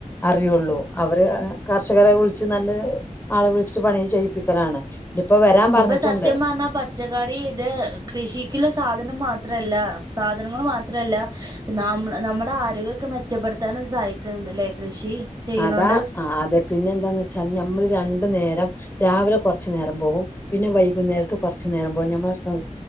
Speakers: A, on the left; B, on the right.
A: അറിയുള്ളൂ അവര് കർഷകരെ വുൾച്ച് നല്ല ആളെ വുൾച്ച്ട്ട് പണി ചെയ്യിപ്പിക്കലാണ്. ഇപ്പോ വരാം പർഞ്ഞിട്ട്ണ്ട്.
B: ഇപ്പൊ സത്യം പറഞ്ഞാ പച്ചക്കറി ഇത് കൃഷിക്ക്‌ള്ള സാധനം മാത്രല്ല സാധനങ്ങള് മാത്രല്ല ന്നാം നമ്മുടെ ആരോഗ്യക്കെ മെച്ചപ്പെടുത്താനും സഹായിക്ക്‌ണ് ണ്ട് ലേ കൃഷി. ചെയ്യണോണ്ട്
A: അതാ അതെ പിന്നെ എന്താന്ന് വെച്ചാ ഞമ്മള് രണ്ടു നേരം. രാവിലെ കൊർച്ച് നേരം പോവും പിന്നെ വൈകുന്നേരത്ത് കൊർച്ച് നേരം പോവും ഞമ്മളെ സ്വ